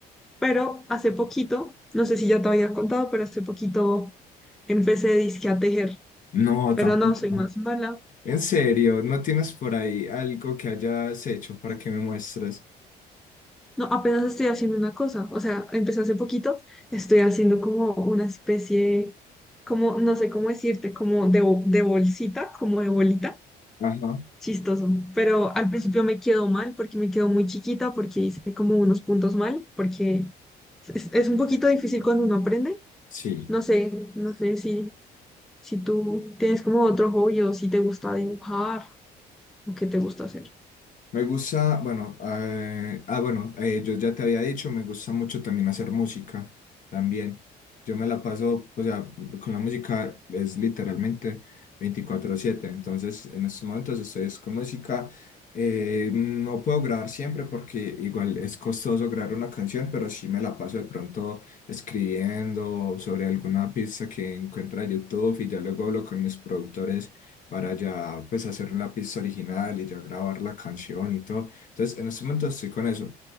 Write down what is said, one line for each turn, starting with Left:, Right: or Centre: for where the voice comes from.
Centre: Pero hace poquito, no sé si ya te había contado, pero hace poquito empecé dizque a tejer,
Left: No,
Centre: pero
Left: tampoco.
Centre: no soy
Left: no.
Centre: más mala
Left: En serio, ¿no tienes por ahí algo que hayas hecho para que me muestres?
Centre: No, apenas estoy haciendo una cosa, o sea, empecé hace poquito, estoy haciendo como una especie, como, no sé cómo decirte, como de, bo- de bolsita, como de bolita,
Left: Ajá,
Centre: chistoso, pero al principio me quedó mal porque me quedó muy chiquita, porque hice como unos puntos mal, porque es, es un poquito difícil cuando uno aprende,
Left: sí.
Centre: no sé, no sé si, si tú tienes como otro hobby o si te gusta dibujar o qué te gusta hacer.
Left: Me gusta, bueno, eh, ah, bueno, eh, yo ya te había dicho, me gusta mucho también hacer música, también. Yo me la paso, o sea, con la música es literalmente veinticuatro siete entonces en estos momentos estoy es con música. Eh, no puedo grabar siempre porque igual es costoso grabar una canción, pero sí me la paso de pronto escribiendo sobre alguna pista que encuentra YouTube y ya luego hablo con mis productores para ya pues hacer la pista original y ya grabar la canción y todo. Entonces, en este momento estoy con eso,